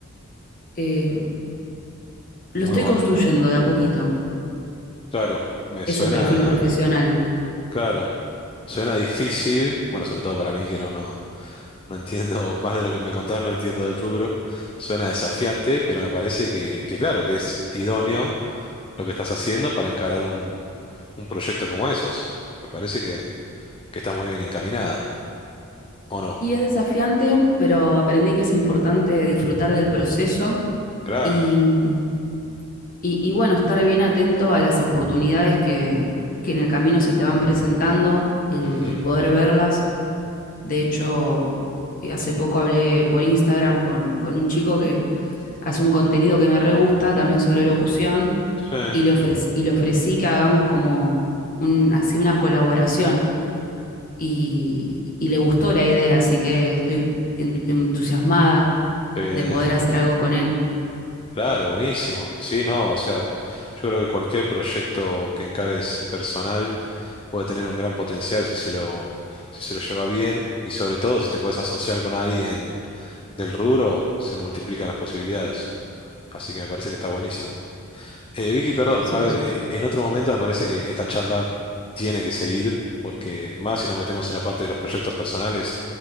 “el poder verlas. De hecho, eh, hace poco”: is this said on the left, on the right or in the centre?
Left